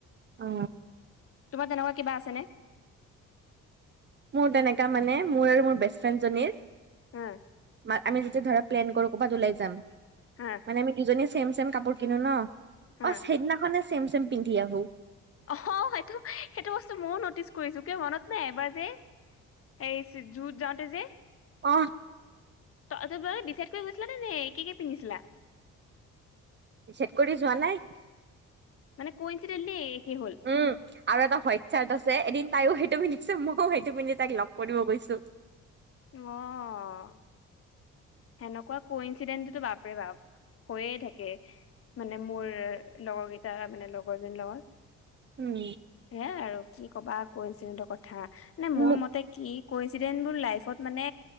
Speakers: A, on the right; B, on the left.
A: অ
B: তোমাৰ তেনেকুৱা কিবা আছেনে?
A: মোৰ তেনেকা মানে, মোৰ আৰু মোৰ বেষ্ট ফ্ৰেণ্ডজনীৰ
B: উম
A: বা আমি যেতিয়া ধৰা প্লেন কৰো, ক'বাত লাই যাম।
B: উম
A: মানে আমি দুজনীয়ে চেম, চেম কাপোৰ কিনো ন,
B: হা
A: অ' সেইদিনাখনে চেম, চেম পিন্ধি আহো।
B: অ'হ' সেইটো, সেইটো বস্তু মইও নটিচ কৰিছো, কিয় মনত নাই এবাৰ যে, এই যুত যাওঁতে যে।
A: অ
B: তই তোমালোকে ডিচাইড কৰি গৈছিলা নে? নে কি কি পিন্ধিছিলা।
A: চেট কৰি দি যোৱা নাই।
B: মানে ক-ইঞ্চিদেণ্টলি একে হ'ল।
A: উম আৰু এটা হোৱাইট চাৰ্ট আছে এদিন তাইও সেইটো পিন্ধিছে, মইও সেইটো পিন্ধি তাইক লগ কৰিব গৈছো।
B: অ' সেনেকুৱা ক-ইঞ্চিডেণ্টতো বাপৰে বাপ হৈয়ে থাকে। মানে মোৰ লগৰ কেইটাৰ মানে লগৰ জনীৰ লগত
A: উম
B: হেয়াই আৰু কি ক'বা ক-ইনচিডেণ্ট ৰ কথা, নে মোৰ
A: মোক
B: মতে কি ক-ইনচিডেণ্ট বোৰ লাইফত নে